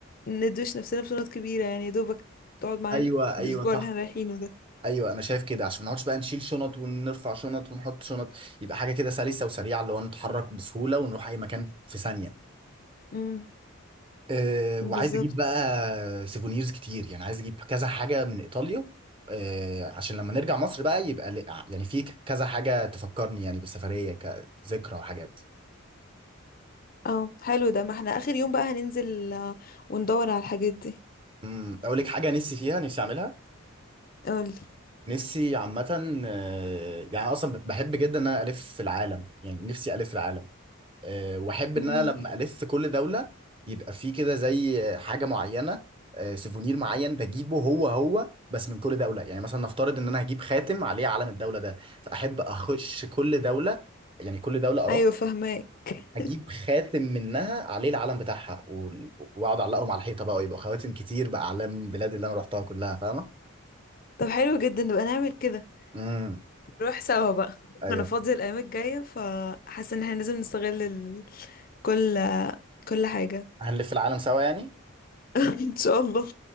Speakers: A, on the left; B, on the right.
A: ندوش نفسنا بشنط كبيرة يعني يا دوبك تقعد معانا
B: أيوه أيوه
A: الأسبوع
B: صح
A: اللي احنا رايحينه ده
B: ايوه انا شايف كده عشان ما نقعدش بقى نشيل شنط ونرفع شنط ونحط شنط يبقى حاجه كده سلسه وسريعه اللي هو نتحرك بسهوله ونروح اي مكان في ثانيه
A: امم
B: أه
A: بالظبط
B: وعايز اجيب بقى سيفونيرز كتير يعني عايز اجيب كذا حاجه من ايطاليا أه عشان لما نرجع مصر بقى يبقى ل- يعني في كذا حاجه تفكرني يعني بالسفريه كذكرى وحاجات
A: اه حلو ده ما احنا آخر يوم بقى هننزل آه، وندور على الحاجات دي
B: امم اقول لك حاجه نفسي فيها نفسي اعملها
A: قولي
B: نفسي عامه آه، يعني أنا اصلا بحب جدا ان انا الف في العالم يعني نفسي الف في العالم آه، واحب
A: امم
B: ان انا لما الف كل دوله يبقى فيه كده زي حاجه معينه آه، سيفونير معين بجيبه هو هو بس من كل دوله يعني مثلا نفترض ان انا هجيب خاتم عليه علم الدوله ده فاحب اخش كل دوله يعني كل دوله اروح
A: ايوه فهماك <laughs>
B: اجيب خاتم منها عليه العلم بتاعها و- واقعد اعلقهم على الحيطه بقى ويبقى خواتم كتير باعلام بلاد اللي انا رحتها كلها فاهمه
A: طب حلو جدا نبقى نعمل كده
B: امم
A: نروح سوا بقى
B: ايوه
A: انا فاضية الايام الجاية فحاسة ان احنا لازم نستغل كل كل حاجة <laughs>
B: هنلف العالم سوا يعني
A: ان شاء الله